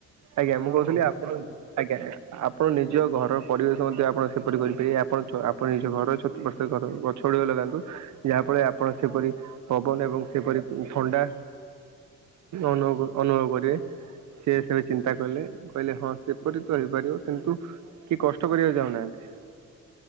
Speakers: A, on the right; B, on the right.
A: ଆଜ୍ଞା ମୁଁ
B: ହଁ
A: କହୁଥିଲି
B: ବନ୍ଧୁ
A: ଆପଣ
B: କୁହନ୍ତୁ।
A: ଆଜ୍ଞା ଆପଣ ନିଜ ଘର ପରିବେଶ ମଧ୍ୟ ଆପଣ ସେପରି କରିପାରିବେ ଆପଣ ଆପଣ ନିଜ ଘର ଛତୁ ଗଛ ଅଆ ଲଗାନ୍ତୁ ଯାହାଫଳରେ ଆପଣ ସେପରି ପବନ ଏବଂ ସେପରି ଫଣ୍ଡା ଅନୁଭବ ଅନୁଭବ କରିବେ ସେ ସେ ଚିନ୍ତା କଲେ କହିଲେ ହଁ ସେପରି ତ ହେଇପାରିବ କିନ୍ତୁ କି କଷ୍ଟ କରିବାକୁ ଚାହୁନାହାନ୍ତି